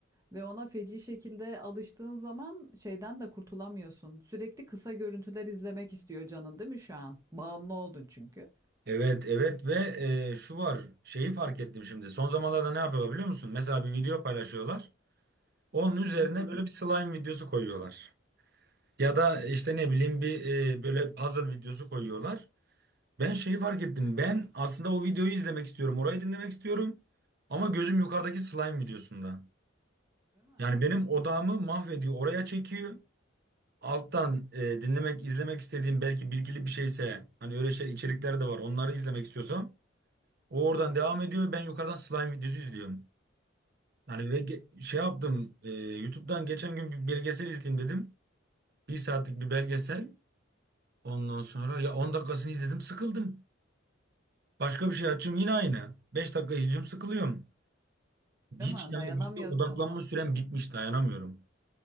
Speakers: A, on the right; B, on the right.
A: Ve ona feci şekilde alıştığın zaman şeyden de kurtulamıyorsun. Sürekli kısa görüntüler izlemek istiyor canın değil mi şu an? Bağımlı oldun çünkü.
B: Evet, evet ve e, şu var. Şeyi fark ettim şimdi. Son zamanlarda ne yapıyorlar biliyor musun? Mesela bir video paylaşıyorlar. Onun üzerine
A: Hı hı.
B: böyle bir slime videosu koyuyorlar. Ya da işte ne bileyim bir e, böyle puzzle videosu koyuyorlar. Ben şeyi fark ettim. Ben aslında o videoyu izlemek istiyorum. Orayı dinlemek istiyorum. Ama gözüm yukarıdaki slime videosunda.
A: Değil mi?
B: Yani benim odağımı mahvediyor. Oraya çekiyor. Alttan e, dinlemek, izlemek istediğim belki bilgili bir şeyse hani öyle şey içerikler de var. Onları izlemek istiyorsam o oradan devam ediyor. Ben yukarıdan slime videosu izliyorum. Yani ve ge- şey yaptım. e, YouTube'dan geçen gün bir belgesel izleyeyim dedim. Bir saatlik bir belgesel. Ondan sonra ya 10 dakikasını izledim sıkıldım. Başka
A: Ya.
B: bir şey açayım yine aynı. beş dakika izliyorum sıkılıyorum. Hiç
A: Değil mi?
B: yani
A: Dayanamıyorsun.
B: bir şeye odaklanma sürem bitmiş dayanamıyorum.